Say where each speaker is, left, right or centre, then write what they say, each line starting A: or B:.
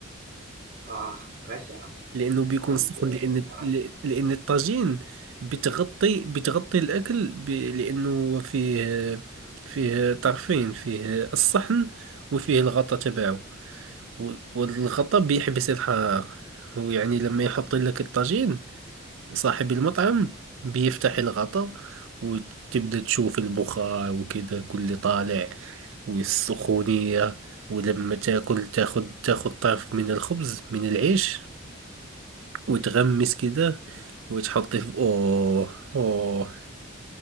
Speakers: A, on the right; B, on the right.
A: آه ماشي يا عم
B: لأنه بيكون
A: طب
B: سخن
A: آه،
B: لأن
A: تعرف
B: لأن الطاجين بتغطي بتغطي الأكل ب... لأنه هو فيه فيه طرفين فيه الصحن وفيه الغطا تبعه و- والغطا بيحبس الحرارة ويعني لما يحط لك الطاجين
A: مم.
B: صاحب المطعم بيفتح الغطا وتبدأ تشوف البخار وكده كل طالع والسخونية ولما تاكل تاخد تاخد طرف من الخبز من العيش وتغمس كده
A: مم.
B: وتحطي في اوه اوه